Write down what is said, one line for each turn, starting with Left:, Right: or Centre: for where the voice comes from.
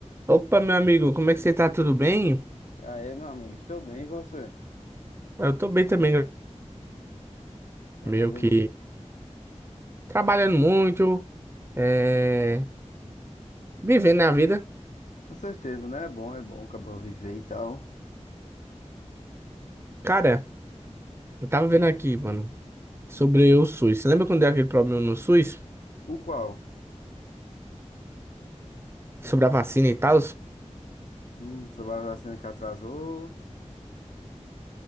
Right: Opa, meu amigo, como é que você tá? Tudo bem?
Left: E aí, meu amigo, estou bem, e você?
Right: Eu tô bem também,
Left: Tá
Right: meio
Left: fazendo?
Right: que trabalhando muito, é... vivendo a vida.
Left: Com certeza, né? É bom, é bom, acabou viver e tal.
Right: Cara, eu tava vendo aqui, mano, sobre o SUS. Você lembra quando deu aquele problema no SUS?
Left: O qual?
Right: Sobre a vacina e tal?
Left: Hum, sobre a vacina que atrasou.